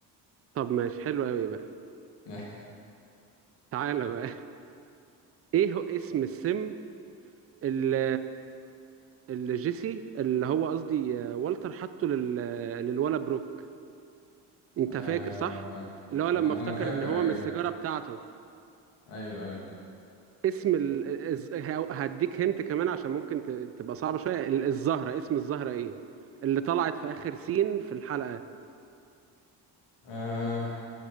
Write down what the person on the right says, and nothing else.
طب ماشي حلو قوي بقى
تعالى بقى <laughs> ايه هو اسم السم اللي, اللي جيسي اللي هو قصدي آه، والتر حطه لل... للولا بروك انت
فاكر صح اللي
هو لما افتكر
ان هو
من السيجاره بتاعته
اسم ال... الز- ه- هديك هنت كمان عشان ممكن ت... تبقى صعبة شوية ال- الزهرة اسم الزهرة ايه اللي طلعت في آخر سين في الحلقة